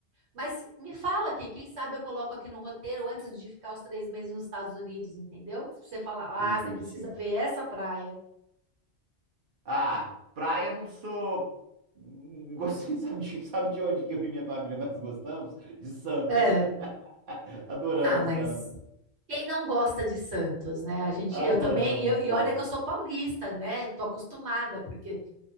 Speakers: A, on the right; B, on the right.
A: Mas me fala aqui, quem sabe eu coloco aqui no roteiro antes de ficar os três meses nos Estados Unidos, entendeu? Se você falar, ah,
B: entendi.
A: você precisa ver essa praia.
B: Ah, praia eu não sou. hum, Gostei, <laughs> sabe de, sabe de onde que eu e minha família nós gostamos? De Santos.
A: É.
B: <laughs> Adoramos
A: Ah, mas
B: Santos.
A: quem não gosta de Santos, né? A gente,
B: Adoramos
A: eu também, e, eu-
B: Santos.
A: e olha que eu sou paulista, né? Tô acostumada, porque